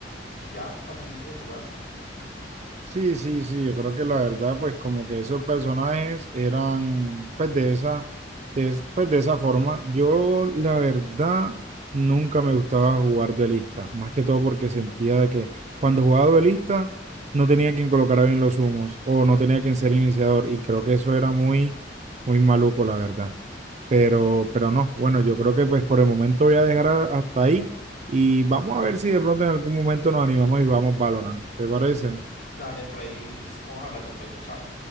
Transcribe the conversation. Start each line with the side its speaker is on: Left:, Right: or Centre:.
Left: y ya, facilito de jugar.
Right: Sí, sí, sí, yo creo que la verdad, pues como que esos personajes eran, pues de esa, de, es- pues de esa forma. Yo, la verdad, nunca me gustaba jugar duelista, más que todo porque sentía de que cuando jugaba duelista no tenía quien colocara bien los humos o no tenía quien ser iniciador y creo que eso era muy, muy maluco, la verdad. Pero, pero no, bueno, yo creo que pues por el momento voy a dejar a- hasta ahí y vamos a ver si de pronto en algún momento nos animamos y jugamos Valorant, ¿te parece?
Left: Dale, por ahí estamos hablando pues, chao.